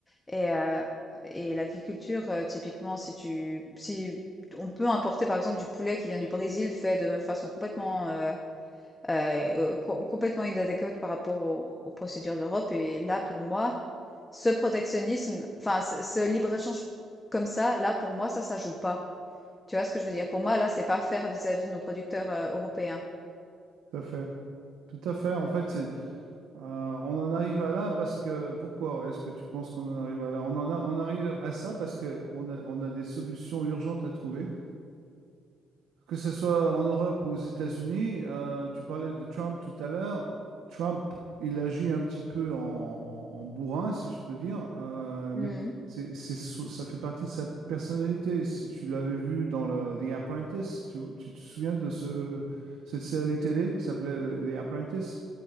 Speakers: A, on the left; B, on the right.
A: et heu et l'agriculture, heu, typiquement, si tu si on peut importer, par exemple, du poulet qui vient du Brésil fait de façon complètement, heu euh, euh, co- complètement inadéquate par rapport au- aux procédures de l'Europe. Et là, pour moi, ce protectionnisme, enfin, ce, ce libre-échange comme ça, là, pour moi, ça, ça joue pas. Tu vois ce que je veux dire? Pour moi, là, c'est pas faire vis-à-vis de nos producteurs, euh, européens.
B: Tout à fait. Tout à fait. En fait, c'est, euh, on en arrive à là parce que... Pourquoi est-ce que tu penses qu'on en arrive à là? On en a- on arrive à ça parce qu'on a, on a des solutions urgentes à trouver Que ce soit en Europe ou aux États-Unis, euh, tu parlais de Trump tout à l'heure. Trump, il agit un petit peu en, en- en bourrin, si je peux dire, euh, mais
A: Mhm.
B: c'est, c'est so- ça fait partie de sa personnalité. Si tu l'avais vu dans le- The Apprentice, tu, tu te souviens de ce, cette série télé qui s'appelait The The Apprentice?